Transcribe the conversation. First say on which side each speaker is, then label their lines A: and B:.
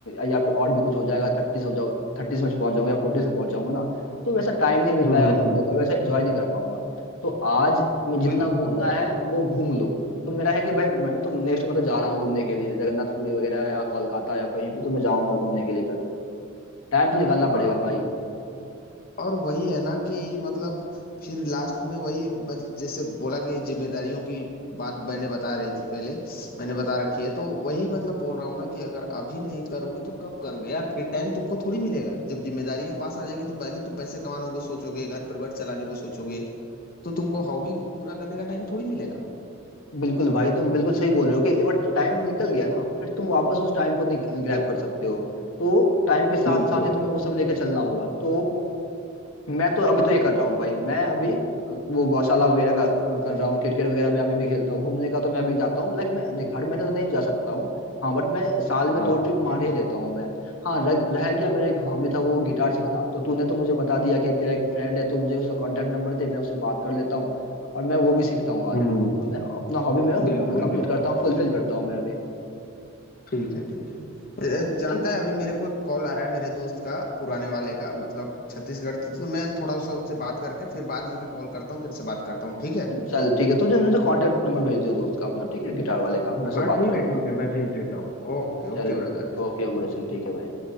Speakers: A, on the left; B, on the left.
A: या फिर और भी कुछ हो जाएगा थर्टीज हो जाओ थर्टीज में पहुंच जाऊंगा या फोर्टीज में पहुंच जाऊंगा ना तो वैसा टाइम नहीं मिल
B: हम्म
A: पाएगा घूमने
B: हम्म।
A: का वैसा एंजॉय नहीं कर पाऊंगा तो आज मैं जितना
B: बिल्कुल
A: घूमना
B: यार।
A: है वो घूम लो तो मेरा है कि भाई मैं तो नेक्स्ट मतलब जा रहा हूँ घूमने के लिए जगन्नाथपुरी वगैरह या कोलकाता या कहीं पे तो मैं जाऊंगा घूमने के लिए कल टाइम तो निकालना पड़ेगा
B: हाँ
A: भाई
B: और वही है ना कि मतलब फिर लास्ट में वही बस जैसे बोला कि जिम्मेदारियों की बात मैंने बता रही थी पहले मैंने बता रखी है तो वही मतलब बोल रहा हूँ ना कि अगर अभी नहीं करोगे तो कब करोगे यार फिर टाइम तुमको थोड़ी मिलेगा जब जिम्मेदारियां पास आ जाएगी तो पहले तुम पैसे कमानोगे सोचोगे घर परिवार चलाने को सोचोगे तो तुमको हॉबी पूरा करने का टाइम थोड़ी मिलेगा
A: बिल्कुल भाई तुम बिल्कुल सही बोल रहे हो कि एक बार टाइम निकल गया ना फिर तुम वापस उस टाइम को नहीं ग्रैब कर सकते हो तो टाइम के साथ
B: बिल्कुल
A: साथ ही तुम्हें वो सब लेके चलना होगा तो मैं तो अभी तो ये कर रहा हूँ भाई मैं अभी वो गौशाला वगैरह का कर रहा हूँ क्रिकेट वगैरह मैं अभी भी खेलता हूँ घूमने का तो मैं अभी जाता हूँ लाइक मैं देख हर महीने तो नहीं जा सकता हूँ हाँ बट मैं साल में
B: हाँ
A: दो ट्रिप मार ही लेता हूँ मैं हाँ रह, रह गया मेरा एक हॉबी था वो गिटार सीखना तो तूने तो मुझे बता दिया कि तेरा एक फ्रेंड है तो मुझे उसका कॉन्टेक्ट नंबर दे मैं उससे बात कर लेता हूँ और मैं वो भी सीखता हूँ आज
B: हम्म
A: तो मैं अपना हॉबी मैं
B: बिल्कुल
A: कंप्लीट
B: बिल्कुल
A: करता हूँ फुलफिल करता हूँ मैं अभी
B: ठीक है ठीक। अ, जानता
A: चल
B: है अभी मेरे को एक कॉल आ रहा है मेरे दोस्त का पुराने वाले का मतलब छत्तीसगढ़ से तो मैं थोड़ा सा उससे बात करके फिर बाद में मैं कॉल करता हूँ तेरे से बात करता हूँ ठीक है
A: चल ठीक है तुझे मुझे कॉन्टेक्ट नंबर भेज दियो दोस्त का अपना ठीक है गिटार वाले का मैं उससे
B: हाँ
A: बात
B: ठीक
A: कर लूंगा
B: है ठीक है मैं भेज देता हूँ Okay
A: चल
B: okay brother
A: ओके ब्रो चल ठीक है भाई